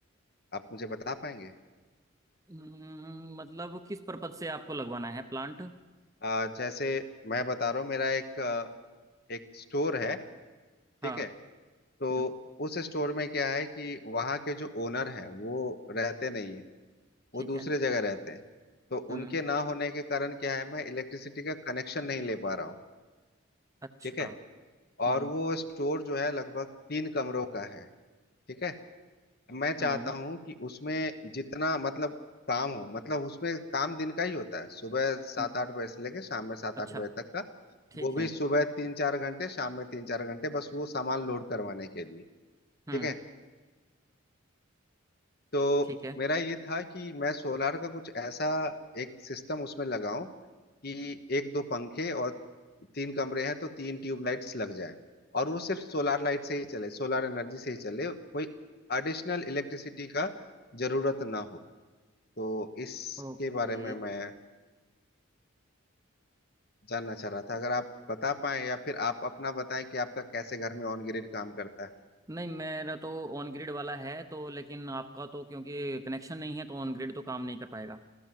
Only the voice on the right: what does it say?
हम्म, मतलब किस पर्पज से आपको लगवाना है प्लांट
हाँ
हम्म,
ठीक
है
हम्म
अच्छा
हम्म
हम्म
हम्म,
अच्छा
ठीक
है
हम्म
ठीक है
ओके
नहीं मेरा तो ऑन ग्रिड वाला है तो लेकिन आपका तो क्योंकि कनेक्शन नहीं है तो ऑन ग्रिड तो काम नहीं कर पाएगा